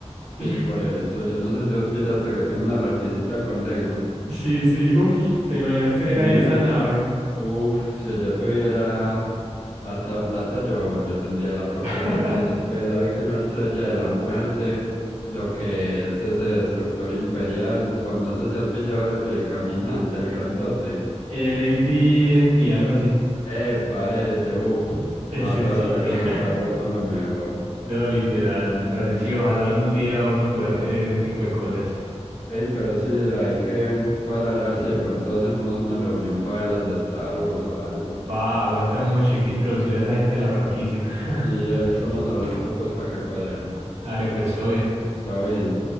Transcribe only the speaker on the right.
<laughs>
Sí, sí, uff, ¿te imaginas tener
ahí
esa
nave?
<laughs>
El AT&T, algo así.
Ese
sí.
<laughs>
No, literal, parce, sí, ojalá algún día uno poder tener ese tipo de cosas.
Va, aguanta mucho, hay que introducir a esa gente a la franquicia.
<laughs>
Dale, pues, todo bien.